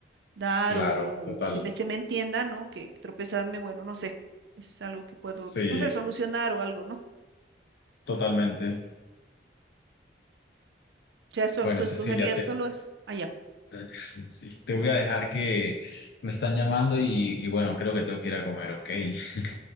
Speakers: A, on the right (about 75°); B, on the left (about 65°).
A: dar
B: claro,
A: o
B: total.
A: que me, se me entienda, ¿no? Que tropezarme, bueno, no sé, es algo que puedo,
B: Sí,
A: no
B: es-
A: sé, solucionar o algo, ¿no?
B: totalmente.
A: Ya eso,
B: Bueno,
A: tú escogerías
B: Cecilia, te
A: solo eso. Allá.
B: Sí, te voy a dejar que me están llamando y, y bueno, creo que tengo que ir a comer, ¿ok? <laughs>